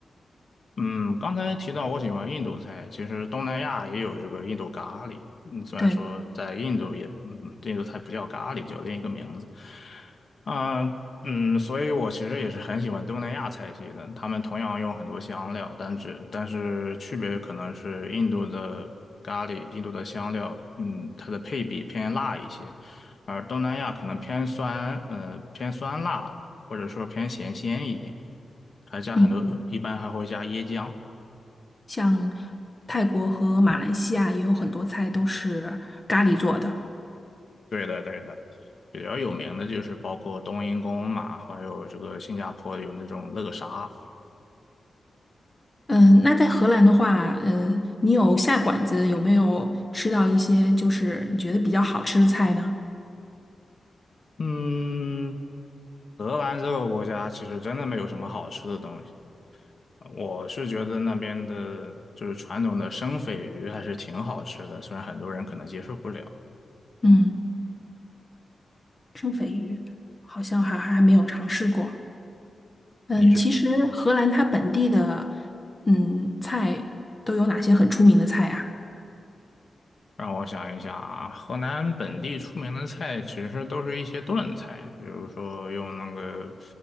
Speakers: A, on the left (about 50°); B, on the left (about 20°).
A: 嗯，刚才提到我喜欢印度菜，其实东南亚也有这个印度咖喱。嗯，虽然说在印度也，
B: 对，
A: 嗯，印度菜不叫咖喱，叫另一个名字。啊、嗯，所以我其实也是很喜欢东南亚菜系的。他们同样用很多香料，但只但是区别可能是印度的咖喱，印度的香料，嗯，它的配比偏辣一些，而东南亚可能偏酸，呃，偏酸辣，或者说偏咸鲜一点，还加很多，
B: 嗯，
A: 一般还会加椰浆。
B: 像泰国和马来西亚也有很多菜都是咖喱做的。
A: 对的，对的，比较有名的就是包括冬阴功嘛，还有这个新加坡有那种乐沙。
B: 嗯，那在荷兰的话，呃，你有下馆子有没有吃到一些就是你觉得比较好吃的菜呢？
A: 嗯，荷兰这个国家其实真的没有什么好吃的东西，我是觉得那边的就是传统的生鲱鱼还是挺好吃的，虽然很多人可能接受不了。
B: 嗯，生鲱鱼好像还还没有尝试过。嗯，
A: 你是？
B: 其实荷兰它本地的嗯菜都有哪些很出名的菜啊？
A: 让我想一想啊，河南本地出名的菜其实都是一些炖菜，比如说用那个